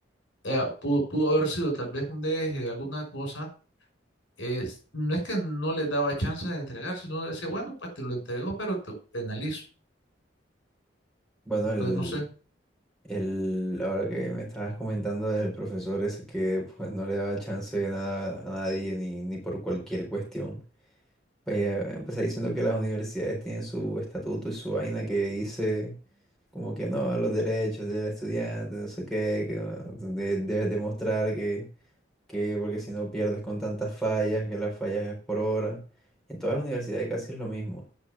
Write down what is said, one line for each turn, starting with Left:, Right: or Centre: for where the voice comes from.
Left: eh, pudo, pudo haber sido tal vez un deje, alguna cosa, es- no es que no le daba chance de entregar, sino decía, bueno, pues te lo entrego, pero te, te analizo.
Centre: Bueno,
Left: Entonces,
Centre: el,
Left: no sé.
Centre: El, ahora que me estabas comentando del profesor ese que pues, no le daba chance de nada a nadie ni, ni por cualquier cuestión, pues eh, empecé diciendo que las universidades tienen su estatuto y su vaina que dice como que no, los derechos del estudiante, no sé qué, que ah, de- debes demostrar que, que porque si no pierdes con tantas fallas, que las fallas es por hora. en todas las universidades casi es lo mismo.